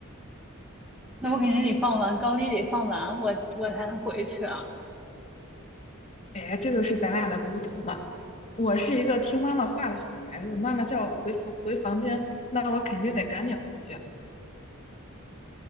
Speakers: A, in the centre; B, on the left.
A: <laughs> 那我肯定得放完，高低得放完，我我才能回去啊。
B: 哎，这就是咱俩的不同了。我是一个听妈妈话的好孩子，妈妈叫我回房回房间，那我肯定得赶紧回去。